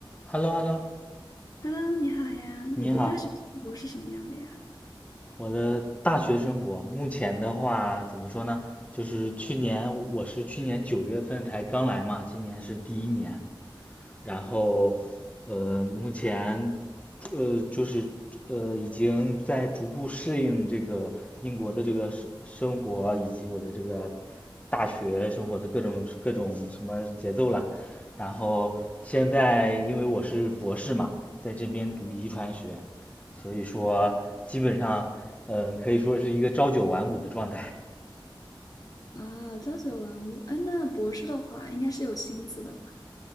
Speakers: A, on the left; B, on the left.
A: h e l l o h e l l o
B: Hello，你好呀，你的大学生活是什么样的呀？
A: 你好。我的大学生活，目前的话怎么说呢？就是去年我是去年九月份才刚来嘛，今年是第一年。然后，呃，目前，呃，就是呃，已经在逐步适应这个英国的这个生生活，以及我的这个大学生活的各种各种什么节奏了。然后现在因为我是博士嘛，在这边读遗传学，所以说基本上，嗯、呃可以说是一个朝九晚五的状态。
B: 啊，朝九晚五，哎，那博士的话应该是有薪资的吧？